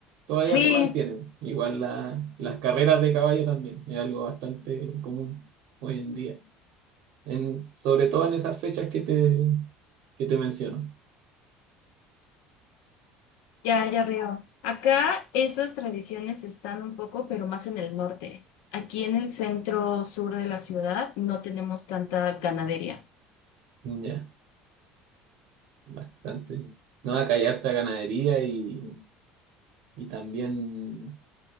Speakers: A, on the right (about 65°); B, on the left (about 80°).
A: todavía
B: sí.
A: se mantiene. Igual la- las carreras de caballo también, es algo bastante común hoy en día, en, sobre todo en esas fechas que te, que te menciono.
B: Ya, ya veo. Acá esas tradiciones están un poco, pero más en el norte. Aquí en el centro sur de la ciudad no tenemos tanta ganadería.
A: Ya, bastante. No, acá hay harta ganadería y, y también